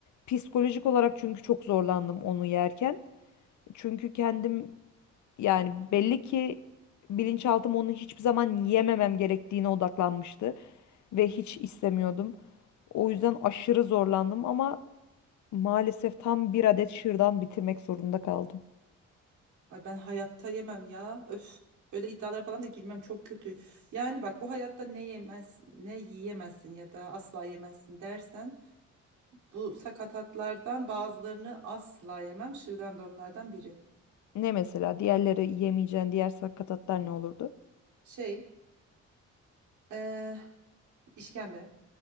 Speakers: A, on the left (about 70°); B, on the right (about 75°).
A: Psikolojik olarak çünkü çok zorlandım onu yerken. Çünkü kendim yani belli ki bilinçaltım onu hiçbir zaman yememem gerektiğine odaklanmıştı ve hiç istemiyordum. O yüzden aşırı zorlandım ama Maalesef tam bir adet şırdan bitirmek zorunda kaldım.
B: Ay ben hayatta yemem ya. Öf. Öyle iddialara falan da girmem çok kötü. Yani bak bu hayatta ne yemez, ne yiyemezsin ya da asla yemezsin dersen bu sakatatlardan bazılarını asla yemem. Şırdan da onlardan biri.
A: Ne mesela? Diğerleri yemeyeceğin diğer sakatatlar ne olurdu?
B: Şey, eee işkembe.